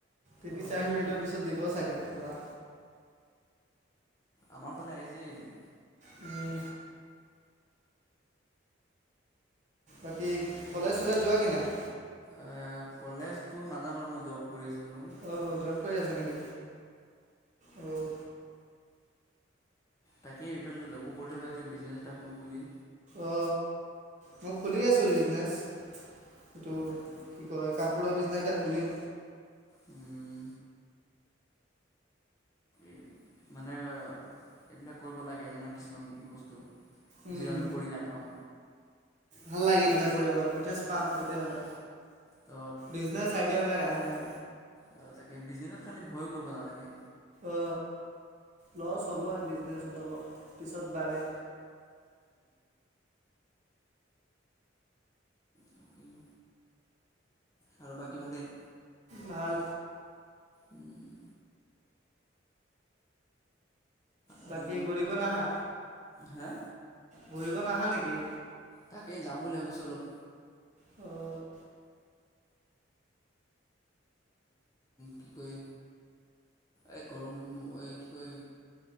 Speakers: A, on the right; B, on the left.
A: তিনি
B: অঁ
A: চাৰি মিনিটৰ পিছত দিব চাগে পোৰা।
B: আমাৰ ফালে আহিছেই।
A: উম। বাকী কলেজ চলেজ যোৱা কি নাই?
B: এ কলেজটো নাযাম আৰু মই জব কৰি আছো বাৰু।
A: অ' জব কৰি আছে নেকি? উ।
B: তাকেই ইফালে জবো কৰি ঠাকো বিজনেছ এটা খোলো বুলি।
A: অ মই খুলি আছোঁ বিজনেছ। এইটো
B: তাকে
A: কি কয় কাপ কুকুৰো বিজনেছ এটা খুলিম।
B: উম। এই মানে এইবিলাক কৰিব লাগে মানে কিছুমান বস্তু।
A: উম,
B: যি আমি কৰি নাপাওঁ।
A: ভাল লাগে এইেবিলাক কৰি অলপ ইন্টাৰেষ্ট পাম তেতিয়াহ'লে
B: তো
A: বিজনেচ আইডিয়া বিলাক আহে মানে।
B: অ তাকে বিজনেছত খালি ভয় কৰিব নালাগে।
A: অ লছ হ'ব বিজনেচত অলপ পিছত বাঢ়ে।
B: তাকেই আৰু বাকী ভালেই?
A: ভাল।
B: উম। আৰু
A: বাকী ঘূৰিব নাহা?
B: হা
A: ঘূৰিব নাহা নেকি?
B: তাকে যাওঁ বুলি ভাবিছোঁ অলপ।
A: অহ ',
B: কি কয় এই গৰম এই কি কয়